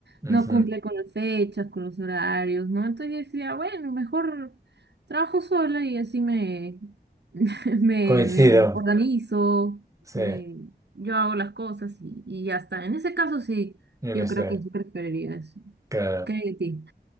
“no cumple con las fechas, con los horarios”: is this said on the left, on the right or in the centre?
Right